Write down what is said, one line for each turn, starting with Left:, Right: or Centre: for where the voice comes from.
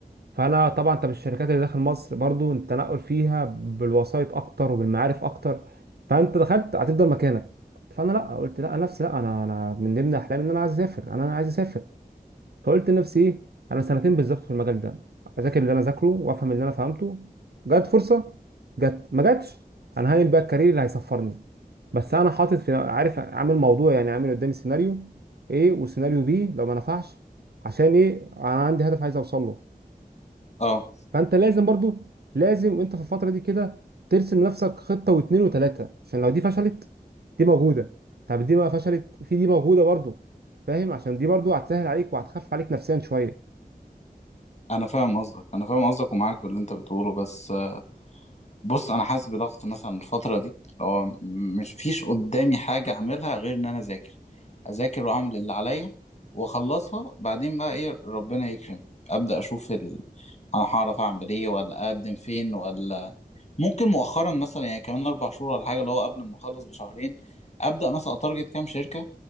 Right: فانا طبعا انت بالشركات اللي داخل مصر برضو التنقل فيها بالوسائط اكتر وبالمعارف اكتر فانت دخلت هتفضل مكانك فانا لا قلت لا نفسي لا انا انا من ضمن احلامي ان انا عايز اسافر انا أنا عايز اسافر فقلت لنفسي ايه انا سنتين بالظبط في المجال ده اذاكر اللي انا ذاكره وافهم اللي انا فهمته جت فرصه جت ما جاتش انا هعمل بقى الكارير اللي هيصفرني بس انا حاطط في عارف عامل موضوع يعني عامل قدامي سيناريو ايه وسيناريو بي لو ما نفعش عشان ايه انا عندي هدف عايز اوصل له
Left: اه
Right: فانت لازم برضو لازم وانت في الفتره دي كده ترسم لنفسك خطه واتنين وتلاته عشان لو دي فشلت دي موجوده طب دي ما فشلت في دي موجوده برضو فاهم عشان دي برضو هتسهل عليك وهتخفف عليك نفسيا شويه
Left: انا فاهم قصدك انا فاهم قصدك ومعاك باللي انت بتقوله بس بص انا حاسس بضغط مثلا الفتره دي اللي هو م- مش فيش قدامي حاجه اعملها غير ان انا اذاكر اذاكر واعمل اللي عليا واخلصها بعدين بقى ايه ربنا يكرم ابدا اشوف ال... انا هعرف اعمل ايه ولا اقدم فين ولا ممكن مؤخرا مثلا يعني كمان اربع شهور ولا حاجه اللي هو قبل ما اخلص بشهرين ابدا مثلا اتارجت كام شركه